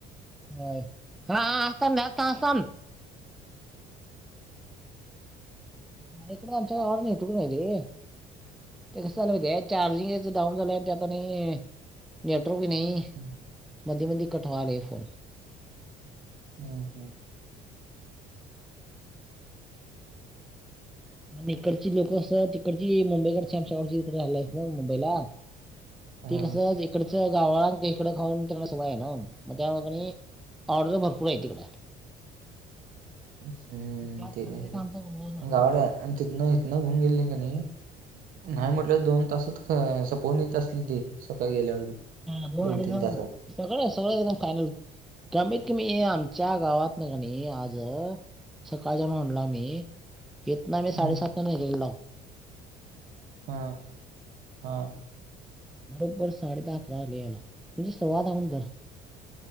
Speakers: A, in the centre; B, on the right (about 60°).
A: नाय. हा हा आसल जास्त आसल. इकड आमच्या गावाला नेतू का नाही रे. ते कसं झालं माहित आहे काय? चार्जिंग याच डाऊन झाल आता नेटवर्क नाही.
B: हाना.
A: मधी मधी कट व्हालय फोन.
B: अं हम्म.
A: आणि ईकडची लोकं असं तिकडची मुंबईकडची आमच्या गावाकडची तिकडे राहायला आहेतना मुंबईला
B: हा
A: ते कसं इकडच गावा इकडं खाऊन, त्यांना सवय आहे ना मग त्यामुळे का नई. ऑर्डर भरपूर आहे तिकड.
B: हम्म
A: त्यात
B: ते
A: समजायचा आमचा रोज माणूस
B: गावड आणि तिथन इथनं घेऊन गेले का नाही. नाही म्हटलं दोन तासात काय सपवून येत असल ते सकाळी गेल्यावर बी.
A: हां दोन अडीच
B: तीन
A: झालं
B: तासात
A: असल. सगळं सगळं एकदम फायनल, कमीत कमी आमच्या गावात म्ह आणि आज सकाळ जण आम्ही हितना आम्ही
B: हम्म,
A: साडेसात गेलेलो नाव.
B: हा हा.
A: बरोबर साडेेदहा अकरा वाजले यायला, तरी सवादहा धर.